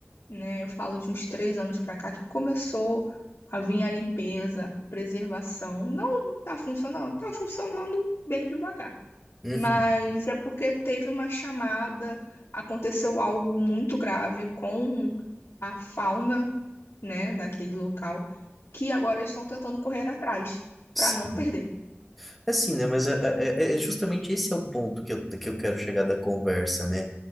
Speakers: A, on the left; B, in the centre.
A: né? Eu falo de uns três anos para cá que começou a vir a limpeza, a preservação. Não está funcionando, está funcionando bem devagar.
B: Uhum.
A: Mas é porque teve uma chamada, aconteceu algo muito grave com a fauna, né, daquele local, que agora estão tentando correr atrás para
B: Sim.
A: não perder.
B: É Assim, né? Mas a- a- é é justamente esse é o ponto que eu, que eu quero chegar da conversa, né?